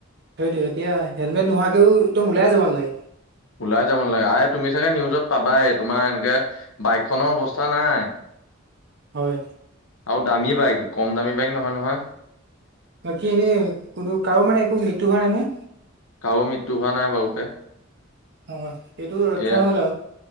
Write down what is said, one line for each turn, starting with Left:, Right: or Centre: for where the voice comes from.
Right: সেইটো এতিয়া হেলমেট নোহোৱাকেও একদম উলাই যাব নেলাগে।
Left: ওলাই যাব নালাগে আ তুমি চাগে নিউজত পাবাই তোমাৰ এনেকে বাইকখনৰ অৱস্থা নাই। <inaudible>
Right: হয়।
Left: আৰু দামী বাইক কম দামী বাইক নহয় নহয়।
Right: বাকী এনেই কোনো কাৰো মানে একো মৃত্যু হোৱা নাই নহয়।
Left: কাৰো মৃত্যু হোৱা নাই বাৰুকে,
Right: হয় সেইটো ৰক্ষা
Left: এয়া
Right: হ'ল আৰু